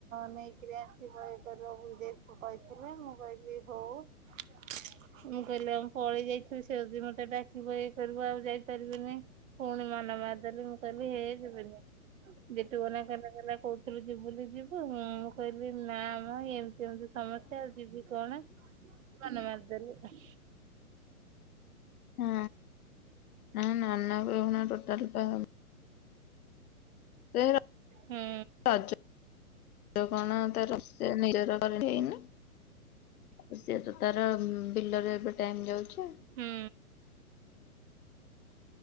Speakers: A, on the right; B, on the left.
A: ନେଇକରି ଆସିବ ଇଏ କହିଥିଲେ ମୁଁ କହିଲି ହଉ ମୁଁ କହିଲି ଆମ ପଳେଇ ଯାଇଥିଲ ସେ ଦିନ ଠାରୁ ଡାକିବ କରିବ ଆଉ ଯାଇପାରିବିନି। ପୁଣି ମନ ମାରିଦେଲି ମୁଁ କହିଲି ହେ ଯିବନି। ଯେଠୁ ଗଲେ କଲେ କଲେ କହୁଥିଲୁ ଯିବୁ ବୋଲିକୀ? ଁ ମୁଁ କହିଲି ନା ମ ଏମିତି ଏମିତି ସମସ୍ତେ ଆଉ ଯିବି କଣ? ମାନ ମାରି ଦେଲିଆଉ।
B: ହଁ। ନା ନାନଆ କୁ ଖି ଟୋଟାଲ ଟା ହବ ସେ
A: ହୁଁ
B: ରାଜ କଣ ତାର <unintelligible> <unintelligible> ସିଏତ ତାର ବିଲରେ ଏବେ ଟାଇମ ଯାଉଛି। ଆଚ୍ଛା।
A: ହୁଁ।